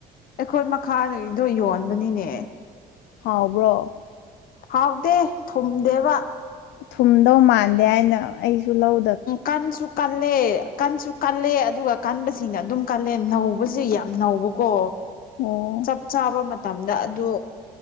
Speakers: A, on the left (about 55°); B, on the left (about 85°).
A: ꯑꯩꯈꯣꯏ ꯃꯈꯥꯗꯒꯤꯗꯣ ꯌꯣꯟꯕꯅꯤꯅꯦ
B: ꯍꯥꯎꯕ꯭ꯔꯣ
A: ꯍꯥꯎꯗꯦ ꯊꯨꯝꯗꯦꯕ
B: ꯊꯨꯝꯗꯧ ꯃꯥꯟꯗꯦ ꯍꯥꯏꯅ ꯑꯩꯁꯨ ꯂꯧ
A: ꯀꯟꯁꯨ ꯀꯜꯂꯦ ꯀꯟꯁꯨ ꯀꯜꯂꯦ ꯑꯗꯨꯒ ꯀꯟꯁꯤꯡꯅ ꯑꯗꯨꯝ ꯀꯜꯂꯦ ꯅꯧꯕꯁꯦ ꯌꯥꯝ ꯅꯧꯕ ꯀꯣ
B: ꯑꯣ
A: ꯆꯞ ꯆꯥꯕ ꯃꯇꯝꯗ ꯑꯗꯨ